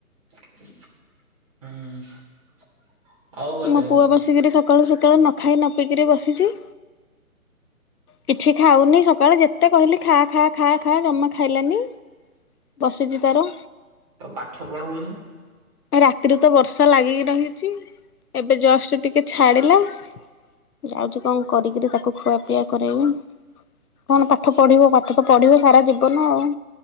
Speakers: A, on the right; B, on the left.
A: ହୁଁ। ଆଉ ଗୋଟେ
B: ମୋ ପୁଅ ବସିକରି ସକାଳୁ ସକାଳୁ ନଖାଇ ନ ପିଇକିରି ବସିଛି। କିଛି ଖାଉନି ସକାଳେ ଯେତେ କହିଲି ଖା ଖା ଖା ଖା ଜମା ଖାଇଲାନି। ବସିଛି ତାର।
A: ତାକୁ ପାଠ ପଢଉନୁ।
B: ରାତିରୁ ତ ବର୍ଷା ଲାଗିକି ରହିଛି ଏବେ ଜଷ୍ଟ ଟିକେ ଛାଡିଲା। ଯାଉଛି କଣ କରିକିରି ତାକୁ ଖୁଆପିଆ କରାଇବି। କଣ ପାଠ ପଢିବ ପାଠ ତ ପଢିବ ସାରା ଜୀବନ ଆଉ